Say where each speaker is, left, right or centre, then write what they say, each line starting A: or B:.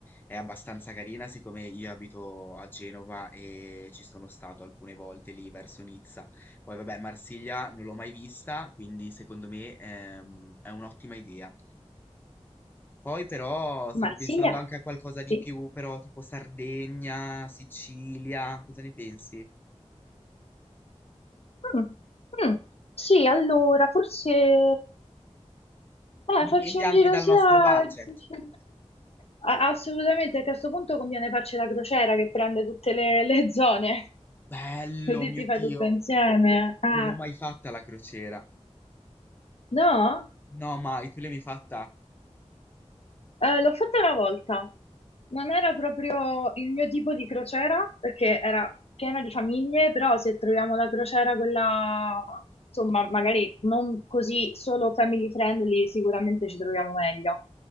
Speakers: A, on the left; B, on the left.
A: è abbastanza carina, siccome io abito a Genova e ci sono stato alcune volte lì verso Nizza. Poi vabbè Marsiglia non l'ho mai vista, quindi secondo me, ehm, è un'ottima idea. Poi però stavo
B: Marsiglia?
A: pensando anche a qualcosa di
B: Sì.
A: più, però tipo Sardegna, Sicilia, cosa ne pensi?
B: Mm, mm. Sì, allora, forse eh,
A: Dipende
B: farci un
A: anche
B: giro
A: dal
B: sia...
A: nostro budget.
B: sì, sì. a- Assolutamente, perché a questo punto conviene farci la crociera che prende tutte le, le zone,
A: Bello,
B: <laughs> così
A: mio
B: ti fai
A: Dio,
B: tutto insieme. Ah,
A: non l'ho mai fatta la crociera.
B: no?
A: No, mai, tu l'hai mai fatta?
B: Eh, l'ho fatta una volta, non era proprio il mio tipo di crociera perché era piena di famiglie, però se troviamo la crociera quella, insomma, magari non così solo family friendly, sicuramente ci troviamo meglio.